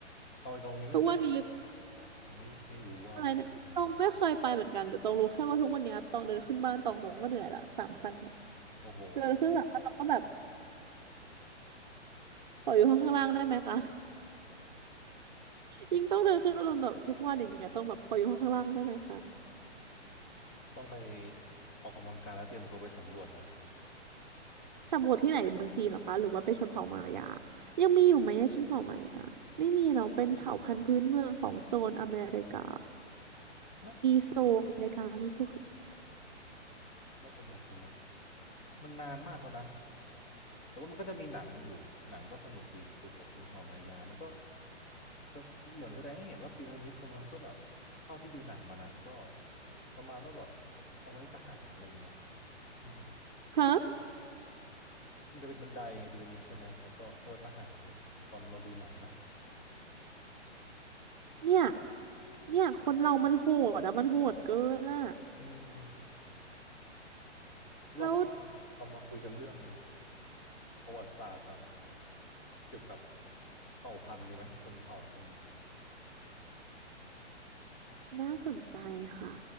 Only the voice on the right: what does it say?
ทุกวันนี้
อะไรนะตองไม่เคยไปเหมือนกันแต่ตองรู้แค่ว่าทุกวันนี้ตองเดินขึ้นบ้านตองตองก็เหนื่อยละสามขั้นเนี่ย
เดินขึ้นหลังบ้านตองก็แบบขออยู่ห้องข้างล่างได้ไหมคะ <laughs> ยิ่งต้องเดินขึ้นอารมณ์แบบทุกวันอย่างเงี้ยต้องแบบขออยู่ห้องข้างล่างได้ไหมคะ
สำรวจที่ไหนเมืองจีนเหรอคะหรือว่าเป็นชนเผ่ามายายังมีอยู่ไหมชนเผ่ามายาไม่มีเนาะเป็นเผ่าพันธุ์พื้นเมืองของโซนอเมริกา
โซนอเมริกามีโซนคอที
ฮะ
เนี่ยเนี่ยคนเรามันโหดอะมันโหดเกินอะ
แล้ว
น่าสนใจค่ะ